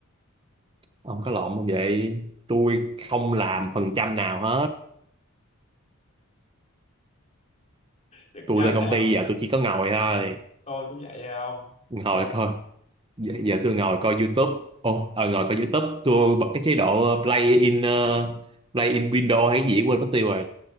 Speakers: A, on the right (about 25°); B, on the left (about 30°).
A: Ông có lộn không vậy? Tôi không làm phần trăm nào hết.
B: chắc
A: Tôi
B: chắn
A: lên công
B: là
A: ty
B: không
A: giờ tôi chỉ có ngồi thôi.
B: tôi cũng vậy à ông
A: Ngồi
B: dạ
A: thôi. Giờ,
B: ừ.
A: giờ tôi ngồi coi YouTube. Ồ, ờ, ngồi coi YouTube. Tôi bật cái chế độ play in... ờ, play in window hay cái gì quên mất tiêu rồi